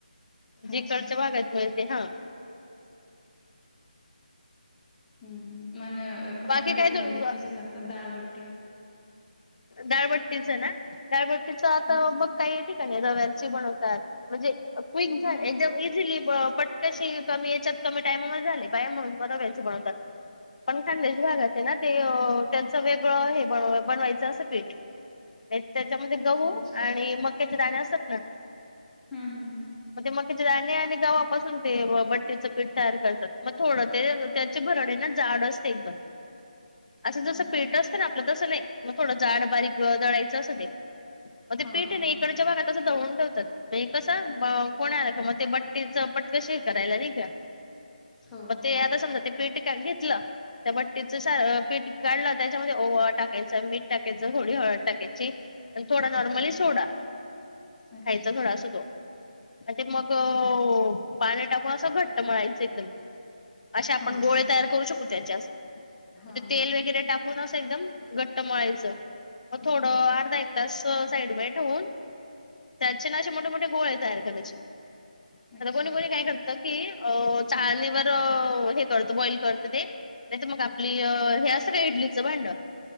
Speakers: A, on the left; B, in the centre.
A: जिकडच्या
B: अच्छा.
A: भागात मिळते हं
B: हमहम आणि
A: बाकी
B: मांडी
A: काय
B: हे
A: तर
B: कसं करतात डाळ बाटी.
A: डाळबट्टीच ना डाळबट्टी आता
B: हं?
A: मग <unintelligible> रव्याची बनतात म्हणजे क्विक एकदम
B: हां का?
A: इजिली पण कशी कमी याच्यात कमी टायमा मध्ये झाली पाहिजे म्हणून रव्याची बनवतात पण खानदेशी भागात हे ते याच वेगळं हे बनवायचं असं पीठ. त्याच्यामध्ये गहू
B: अच्छा.
A: आणि मक्याचे दाणे असतात ना
B: हं, हं, हं.
A: मक्याचे दाणे आणि गव्हापासूनते बट्टीचं पीठ तयार करतात मग थोड ते त्याची भरडी जाड असते एकदम. असं
B: अच्छा.
A: जसं पीठ असतं ना आपलं, तसं नाही मग थोडं जाड बारीक ग दळायचं असं ते. मग ते
B: हां,
A: पीठ
B: हां,
A: हय ना
B: हां.
A: इकडच्या भागात असो दळून ठेवतात मग कसा कोणा आला की मग ते बट्टीच पटकशी हे करायला नाही का?
B: हो, हो,
A: मग ते
B: हो.
A: आता समदा ते पीठ अन घेतलं त्या बट्टीच सा पीठ काढलं त्याच्यामध्ये ओवा टाकायचं. मीठ टाकायचं होळी हळद टाकायची. थोडा नॉर्मली
B: हं.
A: सोडा,
B: अच्छा.
A: खायचा थोडा असतो तो. आणि ते मग पाणी टाकून असं घट्ट मळायच एकदम. असे आपण
B: हां, हां,
A: गोळे
B: हां.
A: तयार करू शकू त्याचे असं म्हजे
B: हां, हां.
A: तेल वगैरे टाकून असं एकदम घट्ट तर मळायचं मग थोडं अर्धा एक तास साईड बाय ठेऊन त्याचे ना असे मोठे मोठे गोळे तयार करायचे.
B: अच्छा.
A: आता कोणी, कोणी काय करत की अ चाळणीवर अ हे तळत, वडी तळत ते नाही तर मग आपली हे असतं ना इडलीचं भांड